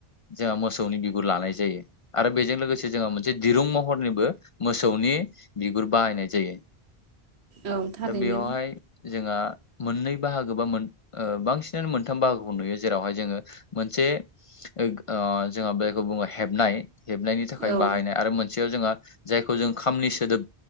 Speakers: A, on the left; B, on the right.
A: जोंहा मोसौनि बिगुर लानाय जायो आरो बेजों लोगोसे मोनसे दिरुं महरनिबो मोसौनि बि गुर बाहायनाय जायो।
B: औ थारैनो
A: दा बेयावहाय जोंहा मोननै बाहागो बा मोन बांसिनानो मोनथाम बाहागोखौ नुयो जेरावहाय जोङो मोनसे ओ जोंहा बेखौ बुङो हेबनाय हेबनायनि थाखाय थाखाय
B: औ
A: बाहायनाय आरो मोनसेयाव जोंहा जायखौ जों खामनि सोदोब